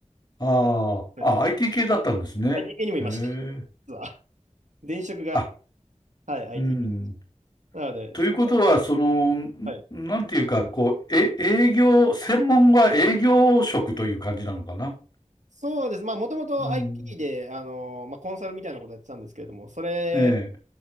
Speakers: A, on the left (about 35°); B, on the right (about 75°).
A: ああ、
B: はい。
A: あ、IT 系だったんですね。
B: IT 系にもいました。
A: へえ。
B: 実は。前職が、
A: あ、
B: はい、IT。
A: うん。
B: なので、
A: ということは、
B: 塚さ
A: その、
B: んはい。
A: なんていうか、こう、え、営業、専門は営業職という感じなのかな。
B: そうです。まあ、もともと
A: うん。
B: IT で、あのまあ、コンサルみたいなことやってたんですけれども、それ
A: ええ、